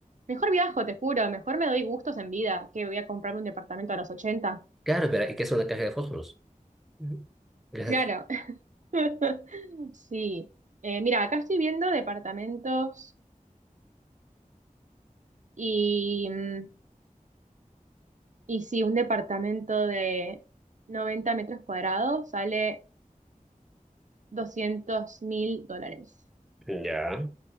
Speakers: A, on the right; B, in the centre.
A: Mejor viajo, te juro, mejor me doy gustos en vida que voy a comprarme un departamento a los ochenta.
B: Claro, ¿verdad? ¿Y qué es una caja de fósforos? Ujú. Ya,
A: Claro. <laughs> Sí. Eh, mira, acá estoy viendo departamentos y, mm, y si un departamento de 90 metros cuadrados sale 200 mil dólares.
B: ya,